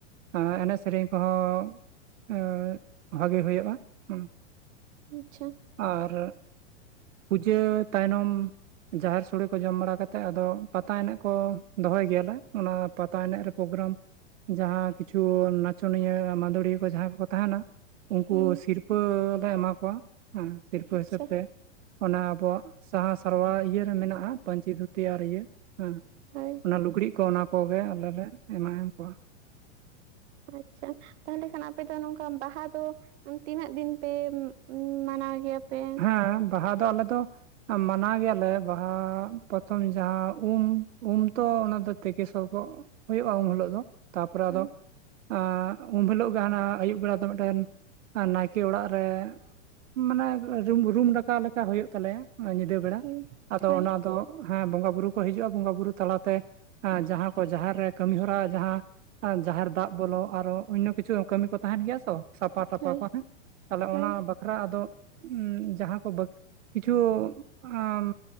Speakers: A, on the right; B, on the right.
A: ᱮᱻ ᱮᱱᱮᱡ ᱥᱮᱨᱮᱧ ᱠᱚᱦᱚᱸ ᱮᱫ ᱵᱷᱟᱜᱮ ᱦᱩᱭᱩᱜᱼᱟ ᱦᱩᱸ᱾
B: ᱩᱸ ᱪᱷᱟ᱾
A: ᱟᱨ ᱯᱩᱡᱟᱹ ᱛᱟᱭᱱᱚᱢ ᱡᱟᱦᱮᱨ ᱥᱳᱲᱮ ᱠᱚ ᱡᱚᱢ ᱵᱟᱲᱟ ᱠᱟᱛᱮᱜ ᱟᱫᱚ ᱯᱟᱛᱟ ᱮᱱᱮᱡ ᱠᱚ ᱫᱚᱦᱚᱭ ᱜᱮᱭᱟ ᱞᱮ ᱚᱱᱟ ᱯᱟᱛᱟ ᱮᱱᱮᱡ ᱨᱮ ᱯᱨᱳᱜᱽᱨᱟᱢ ᱡᱟᱦᱟᱸ ᱠᱤᱪᱷᱩ ᱱᱟᱪᱚᱱᱤᱭᱟᱹ ᱢᱟᱱᱫᱳᱲᱤᱭᱟᱹ ᱠᱚ ᱡᱟᱦᱟᱸ ᱠᱚᱠᱚ ᱛᱟᱦᱮᱱᱟ ᱩᱱᱠᱩ
B: ᱦᱳᱭ
A: ᱥᱤᱨᱯᱟᱹ ᱞᱮ ᱮᱢᱟ ᱠᱚᱣᱟ ᱦᱮᱸ ᱥᱤᱨᱯᱟᱹ
B: ᱟᱪᱪᱷᱟ
A: ᱦᱤᱥᱟᱹᱵᱽ ᱛᱮ᱾ ᱚᱱᱟ ᱟᱵᱚᱣᱟᱜ ᱥᱟᱦᱟ ᱥᱮᱨᱣᱟ ᱤᱭᱟᱹ ᱨᱮ ᱢᱮᱱᱟᱜᱼᱟ ᱯᱟᱹᱧᱪᱤ ᱫᱷᱩᱛᱤ ᱟᱨ ᱤᱭᱟᱹ ᱦᱮᱸ
B: ᱦᱳᱭ
A: ᱚᱱᱟ ᱞᱩᱜᱽᱲᱤᱡ ᱠᱚ ᱚᱱᱟ ᱠᱚᱜᱮ ᱟᱞᱮ ᱞᱮ ᱮᱢᱟᱣ ᱠᱚᱣᱟ᱾
B: ᱟᱪᱪᱷᱟ᱾ ᱛᱟᱦᱚᱞᱮ ᱠᱷᱟᱱ ᱟᱯᱮ ᱫᱚ ᱱᱚᱝᱠᱟ ᱵᱟᱦᱟ ᱫᱚ ᱩᱸ ᱛᱤᱱᱟᱹᱜ ᱫᱤᱱ ᱯᱮ ᱩᱢ ᱢᱟᱱᱟᱣ ᱜᱮᱭᱟ ᱯᱮ?
A: ᱮᱸ ᱵᱟᱦᱟ ᱫᱚ ᱟᱞᱮ ᱫᱚ ᱚ ᱢᱟᱱᱟᱣ ᱜᱮᱭᱟ ᱞᱮ ᱵᱟᱦᱟ ᱯᱚᱛᱷᱚᱢ ᱡᱟᱦᱟᱸ ᱩᱢ ᱩᱢ ᱛᱚ ᱚᱱᱟ ᱫᱚ ᱛᱤᱠᱮ ᱥᱚᱵᱚᱜ ᱦᱳᱭᱳᱜᱼᱟ ᱩᱱ ᱦᱳᱞᱳᱜ ᱫᱚ ᱛᱟᱨᱯᱚᱨᱮ
B: ᱦᱩᱸ
A: ᱟᱫᱚ ᱟᱸᱜ ᱩᱢ ᱦᱤᱞᱳᱜ ᱜᱮ ᱦᱟᱱᱟ ᱟᱭᱩᱵ ᱵᱮᱲᱟ ᱫᱚ ᱢᱤᱫᱴᱮᱱ ᱟ ᱱᱟᱭᱠᱮ ᱚᱲᱟᱜ ᱨᱮ ᱢᱟᱱᱮ ᱮᱻ ᱨᱩᱢᱵᱽᱼᱩᱨᱢ‌ ᱰᱟᱠᱟ ᱞᱮᱠᱟ ᱦᱩᱭᱩᱜ ᱛᱟᱞᱮᱭᱟ ᱚ ᱧᱤᱫᱟᱹ ᱵᱮᱲᱟ
B: ᱦᱩᱸ
A: ᱟᱫᱚ
B: ᱦᱳᱭ
A: ᱚᱱᱟ ᱫᱚ ᱦᱮᱸ ᱵᱚᱸᱜᱟ ᱵᱩᱨᱩ ᱠᱚ ᱦᱤᱡᱩᱜ-ᱟ ᱵᱚᱸᱜᱟ ᱵᱩᱨᱩ ᱛᱟᱞᱟ ᱛᱮ ᱮᱸ ᱡᱟᱦᱟᱸ ᱠᱚ ᱡᱟᱦᱮᱨ ᱨᱮᱼᱼ ᱠᱟᱹᱢᱤ ᱦᱚᱨᱟ ᱡᱟᱦᱟᱸ ᱟ ᱡᱟᱦᱮᱨ ᱫᱟᱜ ᱵᱚᱞᱚ ᱟᱨᱚ ᱚᱱᱭᱱᱚ ᱠᱤᱪᱷᱩ ᱠᱟᱹᱢᱤ ᱠᱚ ᱛᱟᱦᱮᱱ ᱜᱮᱭᱟ ᱥᱚ ᱥᱟᱛᱼᱼ ᱯᱟᱴᱟᱼᱯᱟᱯᱟ
B: ᱦᱳᱭ
A: ᱦᱮᱸ ᱛᱟᱦᱚᱞᱮ
B: ᱦᱳᱭ
A: ᱚᱱᱟ ᱵᱟᱠᱷᱨᱟ ᱟᱫᱚᱼᱼ ᱩᱸᱢ ᱡᱟᱦᱟᱸ ᱠᱚ ᱵᱟᱹᱠᱤ‌ ᱠᱤᱪᱷᱩ‌ ᱟᱢᱼᱼ